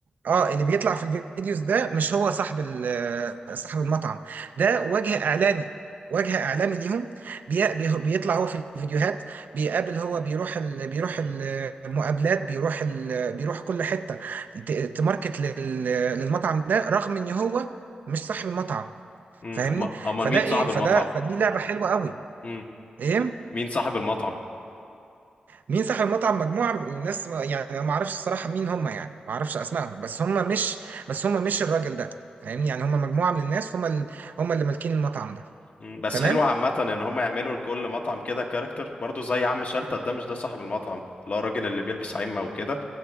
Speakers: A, on the right; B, on the left.
A: اه اللي بيطلع في الفيديوز ده مش هو صاحب ال... صاحب المطعم ده وجه اعلاني وجه اعلامي ليهم بي... بي... بيطلع هو في الفيديوهات بيقابل هو بيروح ال... بيروح المقابلات بيروح ال... بيروح كل حتة ت... تماركت لل... للمطعم ده رغم ان هو مش صاحب المطعم
B: مم.
A: فاهمني
B: أما- أمال
A: فده
B: مين
A: ايه
B: صاحب
A: فده
B: المطعم؟
A: فدي لعبة حلوة قوي
B: مم.
A: ايه
B: مين صاحب المطعم؟
A: مين صاحب المطعم مجموعة من الناس يعني أنا ما اعرفش الصراحة مين هم يعني ما اعرفش اسمائهم بس هم مش بس هم مش الراجل ده فاهمني يعني هم مجموعة من الناس هم ال... هم اللي مالكين المطعم ده
B: مم. بس
A: تمام
B: حلو عامة ان هم يعملوا لكل مطعم كده كاركتر برضو زي عم شلتت ده مش ده صاحب المطعم اللي هو الراجل اللي بيلبس عمة وكده